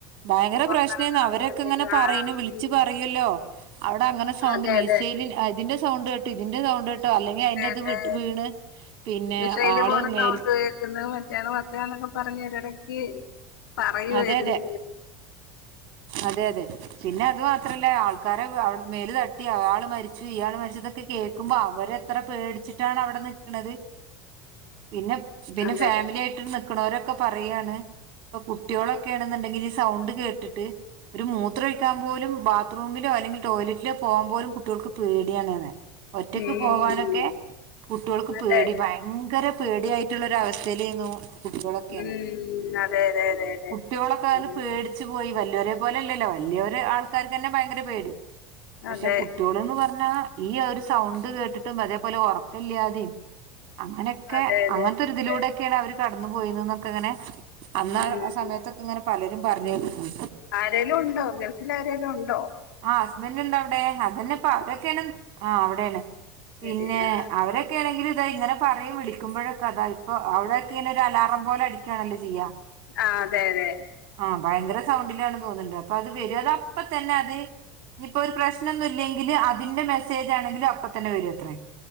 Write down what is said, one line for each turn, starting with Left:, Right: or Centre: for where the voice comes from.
Right: ഭയങ്കര
Left: പുറത്തിറങ്ങാൻ
Right: പ്രശ്നേന്ന് അവരൊക്കെ
Left: പറ്റത്തില്ല
Right: ഇങ്ങനെ പറയുന്നു വിളിച്ചു
Left: ഉം,
Right: പറയൂല്ലോ അവിടെ അങ്ങനെ സൗണ്ട്
Left: അതെ
Right: മീസൈല
Left: അതെ
Right: അതിന്റെ സൗണ്ട് കേട്ടു ഇതിന്റെ സൗണ്ട് കേട്ടു അല്ലെങ്കിൽ അതിന്റെത്
Left: അതെ
Right: വീണ് പിന്നെ
Left: മിസൈല്
Right: ആള്
Left: പോണ
Right: മേൽ
Left: സൗണ്ട് കേൾക്കുന്നത് മറ്റാണ് മർച്ചാന്നൊക്കെ പറഞ്ഞിറിടക്ക് പറയുവായിരുന്ന്
Right: അതെ അതെ അതെ അതെ പിന്നെ അത് മാത്രല്ല ആൾക്ക ക്കാരെടെ മേല് തട്ടി ആയാള് മരിച്ചു ഇയാള് മരിച്ചതൊക്കെ കേൾക്കുമ്പോ അവരെത്ര പേടിച്ചിട്ടാണ് അവിടെ നിക്ക്ണത് പിന്നെ പിന്നെ
Left: അതെ
Right: ഫാമിലി ആയിട്ട ക്ക്‌ണോരൊക്കെ പറയാണ് ഇപ്പൊ കുട്ടികളൊക്കേണ്ന്നുണ്ടെങ്കില് ഈ സൗണ്ട് കേട്ടിട്ട് ഒരു മൂത്രം ഒഴിക്കാൻ പോലും ബാത്റൂമിലോ അല്ലെങ്കിൽ ടോയ്ലറ്റിലോ പോവാൻ പോലും കുട്ടികൾക്ക് പേടിയാണ്ന്ന് ഒറ്റക്ക്
Left: ഉം,
Right: പോവാനൊക്കെ കുട്യോൾക്ക്
Left: അതെ
Right: പേടി ഭയങ്കര പേടിയായിട്ടുള്ള ഒര് അവസ്ഥയിലേനു കുട്ടികളൊക്കേന്ന്
Left: ഉം, അതെ അതെ അതെ
Right: കുട്ട്യോളൊക്കെ
Left: അതെ
Right: പേടിച്ചു പോയി വല്ല്യ വല്യോരെ പോല്ലല്ലോ വല്യ ആൾക്കാർക്കന്നെ ഭയങ്കര പേടി പക്ഷെ
Left: അതെ അതെ
Right: കുട്ട്യോള്ന്ന് പറഞ്ഞ ഈ ഒരു സൗണ്ട് കേട്ടിട്ടും അതേപോലെ ഉറക്കല്ലാതേം അങ്ങനൊക്കെ
Left: അതെ
Right: അങ്ങനത്തൊരിതിലൂടൊക്കെയാണ്
Left: അതെ അതെ
Right: അവര് കടന്നു പോയിന്ന്ന്നൊക്കെ അങ്ങനെ അന്നാ
Left: ഉം
Right: ആ സമയത്തൊക്കെ ഇങ്ങനെ പലരും പറഞ്ഞ് കേക്കണ്
Left: ആരേലുണ്ടോ ഗൾഫിൽ ആരേലുണ്ടോ
Right: ആഹ് ഹസ്ബന്റിണ്ട് അവി ണ്ട് അതന്നെ ഇപ്പ അവതൊക്കെണം ആഹ് അവിടേണ്.
Left: ശരി
Right: പിന്നെ
Left: ആ
Right: അവരൊക്കെ ആണെങ്കില് തയ് ഇങ്ങനെ പറയും വിളിക്കുമ്പോഴൊക്കെ അതാ ഇപ്പൊ അവിടൊക്കെനൊരു അലാറം പോലെ അടിക്കാണല്ലോ ചെയ്യാ
Left: ആഹ് അതെ അതെ
Right: ആഹ് ഭയങ്കര സൗണ്ടിലാണ് തോന്നണ്ട്. അപ്പൊ അത് വരു അത് അപ്പ തന്നെ അത് ഇഞ്ഞിപ്പോ ഒരു പ്രശ്നൊന്നുല്ലെങ്കില് അതിന്റെ മെസ്സേജ് ആണെങ്കിലും അപ്പ തന്നെ വരൂത്രേ.